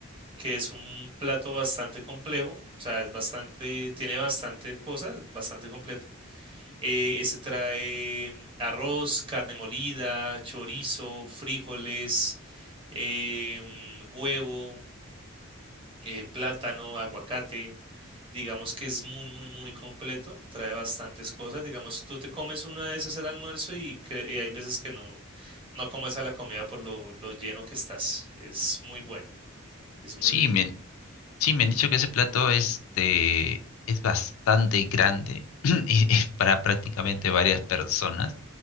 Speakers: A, on the right (about 25°); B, on the left (about 75°).
A: que es un plato bastante complejo, o sea, es bastante, tiene bastante cosas, bastante completo. Eh, ese trae arroz, carne molida, chorizo, frijoles, em, huevo, eh, plátano, aguacate. Digamos que es muy, muy, muy completo, trae bastantes cosas. Digamos, tú te comes una de esas al almuerzo y, cre- y hay veces que no, no comes a la comida por lo, lo lleno que estás. Es muy bueno, es muy
B: Sí,
A: rico.
B: me, Sí, me han dicho que ese plato este, es bastante grande <clears throat> y es para prácticamente varias personas.